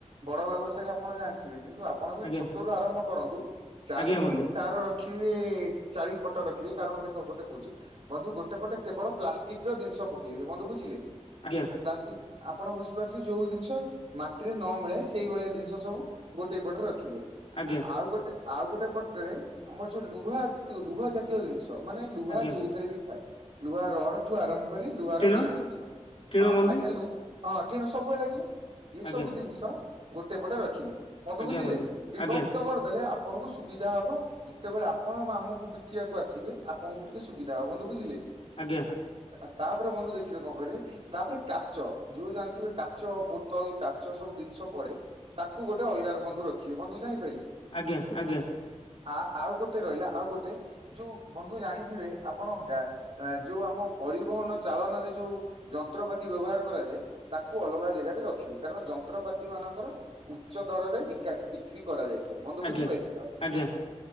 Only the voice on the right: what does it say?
ବଡ ବ୍ୟବସାୟୀ ଆପଣ ଜାଣିଥିବେ। କିନ୍ତୁ ଆପଣ ଯଦି
ଛୋଟ ରୁ ଆରମ୍ଭ କରନ୍ତୁ ଚାରିଟି
ତାର ରଖିବେ ଚାରି ପଟ ରଖିବେ କାରଣ ଦେଖ ଗୋଟେ କହୁଛି ବନ୍ଧୁ ଗୋଟେ ପଟେ କେବଳ ପ୍ଲାଷ୍ଟିକ ର ଜିନିଷ ପକେଇ ବନ୍ଧୁ ବୁଝିଲେ
ପ୍ଲାଷ୍ଟିକ ଆପଣ ବୁଝିପାରୁଥେ ଯୋଉ ଜିନିଷ ମାଟିରେ ନ ମିଳେ ସେଇଭଳିଆ ଜିନିଷ ସବୁ ଗୋଟେ ପଟରେ ରଖିଲେ।
ଆଉ ଗୋଟେ ଆଉ ଗୋଟେ ପଟରେ ଆମର ଯୋଉ ଲୁହା ଲୁହା ଜାତୀୟ ଜିନିଷ ମାନେ ଲୁହା
ଯୋଉଥିରେ ବି ଥାଏ ଲୁହା ରଡ ଠୁ ଆରମ୍ଭ ଲୁହାରର
ଯୋଉ ଜିନିଷ
ହଁ
ଆଜ୍ଞା ହଁଣ ସବୁବେ ଲାଗିବ। ଏସବୁ
ଜିନିଷ ଗୋଟେ ପଟେ ରଖିଲେ ମତେ
ବୁଝିଲେ
ବିଭକ୍ତ
କରିଦେଲେ ଆପଣଙ୍କୁ ସୁବିଧା ହବ ଯେତେବେଳେ ଆପଣ ଆମକୁ ବିକିବାକୁ ଆସିବେ ଆପଣଙ୍କୁ ଟିକେ ସୁବିଧା ହବ ବନ୍ଧୁ ବୁଝିଲେ।
ଆ ତାପରେ ବନ୍ଧୁ ଦେଖିବେ କଣ କରିବେ ତାପରେ କାଚ ଯୋଉ ଜାଣିଥିବେ କାଚ ବୋତଲ କାଚ ସବୁ ଜିନି ପଡେ ତାକୁ ଗୋଟେ ଅଲଗାର ବନ୍ଧୁ ରଖିବେ ବନ୍ଧୁ ଜାଣି
ଆ ଆଉ ଗୋଟେ ରହିଲା ଆଉ ଗୋଟେ ଯୋଉ ବନ୍ଧୁ ଜାଣିଥିବେ ଆପଣ ଯୋଉ ଆମ ପରିବହନ ଚାଳନାରେ ଯୋଉ ଯନ୍ତ୍ରପାତି ବ୍ୟବହାର କରାଯାଏ ତାକୁ ଅଲଗା ଜାଗାରେ ରଖିବେ କାରଣ ଉତ୍ରପାତି ମାନଙ୍କର ଉ ଉଚ୍ଚ ଦରରେ ବିକ୍ରି କରାଯାଇଥାଏ ବନ୍ଧୁ
ବୁଝିପାରିଲେତ।